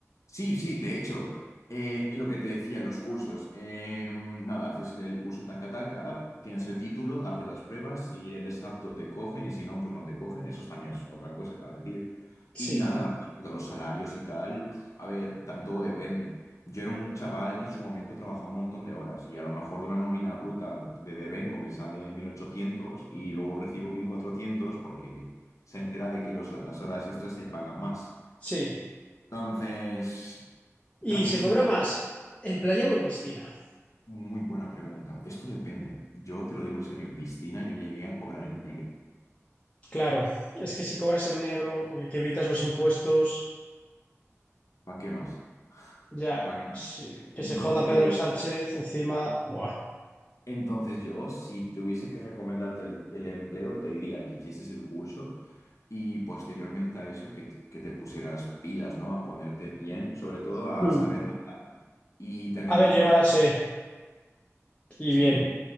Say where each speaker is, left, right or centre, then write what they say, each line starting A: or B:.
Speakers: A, on the left (about 80°); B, on the left (about 20°).
A: Sí, sí, de hecho, eh, lo que te decía en los cursos, eh, nada, haces el curso taca taca, tienes el título, haces las pruebas, si eres apto te cogen y si no, pues no te cogen, eso también es otra cosa que decir.
B: Sí.
A: Y nada, respecto a los salarios y tal, pf, a ver, tam- todo depende. Yo era un chaval que en su momento trabajaba un montón de horas y a lo mejor de una nómina bruta de devengo me sale 1.800 y luego recibo 1.400 porque se entera de que los- las horas extras se pagan más.
B: Sí,
A: Entonces,
B: y
A: también
B: se
A: es
B: cobra
A: verdad,
B: más en playa o en piscina.
A: muy buena pregunta. Esto depende. Yo te lo digo en serio, en piscina yo llegué a cobrar en negro.
B: Claro, es que si cobras en negro, que que evitas los impuestos,
A: ¿Para qué más?
B: ya,
A: ¿Pa' qué? más?
B: sí, que
A: Entonces,
B: se joda Pedro Sánchez encima. Buah.
A: entonces yo, si tuviese que recomendarte el, el empleo, te diría que hicieses el curso y posteriormente a eso que te, que te pusieras pilas, ¿no? A ponerte bien, sobre todo a
B: Mm.
A: saber nada y tener
B: A ver,
A: capacidad.
B: yo nadar sé, y
A: sí
B: bien.